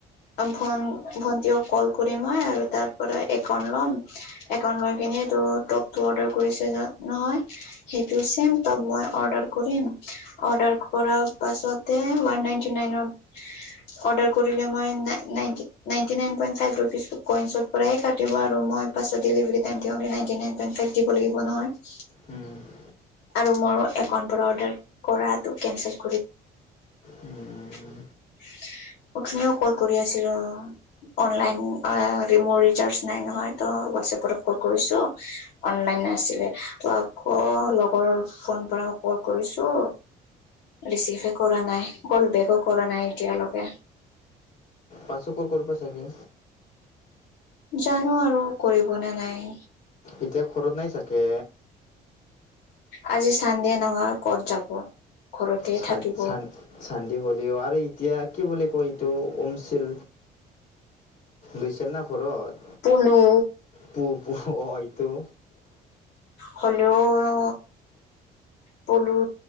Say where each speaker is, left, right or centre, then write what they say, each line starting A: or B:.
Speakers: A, on the left; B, on the left.
A: ভন-ভণ্টীয়েও কল কৰি ম <unintelligible> তাৰ পৰাই একাউণ্ট লয়, একাউণ্ট লৈ পিনে তোৰ টপটো অৰ্ডাৰ কৰি চাম। <unintelligible> সেইটো চেইম টপ মই অৰ্ডাৰ কৰিম, অৰ্ডাৰ কৰা পাছতে ওৱান নাইনটি নাইনৰ অৰ্ডাৰ কৰিলে মই <unintelligible> নাইনটি নাইন পইণ্ট ফাইভ ৰুপিচটো কইনছৰ পৰাই কাটিব আৰু মই পাছত ডেলিভাৰী টাইম দিওঁতে নাইনটি নাইন পইণ্ট ফাইভ দিব লাগিব। নহয়।
B: উম!
A: আৰু মোৰ একাউণ্টৰ পৰা অৰ্ডাৰ কৰাটো কেনচেল
B: উম!
A: <unintelligible> উঠনিও কল কৰি আছিলোঁ অঁ। অনলাইন এ মোৰ ৰিচাৰ্জ নাই নহয় ত হোৱাটএপৰ পৰা কল কৰিছোঁ এ অনলাইন নাছিলে ত আকৌ লগৰৰ ফোনৰ পৰা কল কৰিছোঁ। ৰিচিভে কৰা নাই, কল বেকো কৰা নাই এতিয়ালৈকে।
B: পাছত ক'ল কৰিব চাগে?
A: জানো আৰু কৰিব নে নাই।
B: এতিয়া ঘৰত নাই চাগে।
A: আজি চান দে নহয় ক'ত যাব? ঘৰতে
B: চান
A: থাকিব
B: -চান -চানদে হ'লেও আৰু এতিয়া কি বুলি কয় এইটো? উমছিল, লৈছেনা ঘৰত?
A: পলু
B: পু পু--হয়টো
A: হলেও--অ পলু।